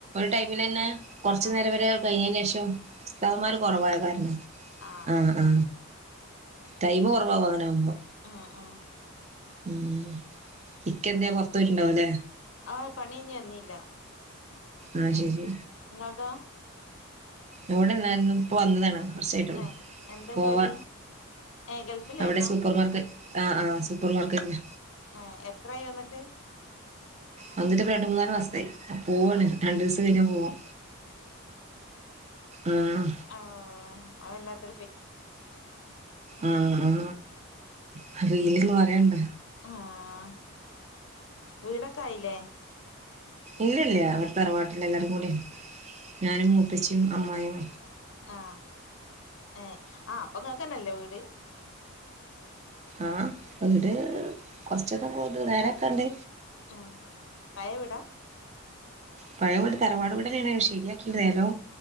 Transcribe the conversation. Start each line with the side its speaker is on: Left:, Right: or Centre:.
Right: ടൈമിൽ തന്നെ കുറച്ചു
Left: ആഹ്
Right: നേരം വരെ കഴിഞ്ഞതിന് ശേഷം ഉസ്തതന്മാര്കൊറവായ
Left: മറ്റേ
Right: കാരണം
Left: ആഹ്
Right: ആ ആ ടൈമ കുറവക അങ്ങനെ ആകുബം
Left: ആ ആ
Right: ഉം ഇക്കെന്ത പുറത്ത് പോയിട്ടുണ്ടാവൂ ല്ലേ
Left: ആഹ പണി കഴിഞ്ഞ് വന്നില്ല
Right: ആ ശരി
Left: ഇങ്ങള്തോ
Right: ഇവിടെല്ലായിരുന്നു ഇപ്പ വന്നതാണ് കൂർച്ചയായിട്ടള്ളൂ
Left: ഏഹ് എന്താ
Right: പോവാ
Left: ജോലി ഏഹ് ഗൾഫിലായിരുന്നോ
Right: അവിടെ സൂപ്പർമാർക്കറ്റ് ആ ആ സൂപ്പർ മാർക്കറ്റ്
Left: ഏഹ് എത്രായി വന്നിട്ട്
Right: വന്നിട്ട് രണ്ട് മൂന്നല് മാസയി പോവാണ്
Left: ഏഹ്
Right: രണ്ടു ദിവസ കഴിഞ്ഞാ പോവും ആഹ്
Left: ആഹ അവ എല്ലാത്ത
Right: ആ ആ ആ വീലന്ന് പറയണ്ട
Left: ആഹ വീടൊക്കെ ആയില്ലേ
Right: ഇല്ലല്ല അവർ തറവാട്ടില്ല എല്ലാരും കൂടെ ഞാനും മൂത്തച്ഛും അമ്മായും
Left: ആഹ ഏ ആഹ അപ്പൊ കേക്കന്നല്ലോ വീട്
Right: ആഹ്ട് കൊറച്ചന്ന പോുന്നു നേരൊക്കെണ്ട്
Left: ഉം പയവിടാ
Right: പഴയ വീട് തറവാട്ട തന്നെയണ ശരിയാക്കിരുന്നല്ലോ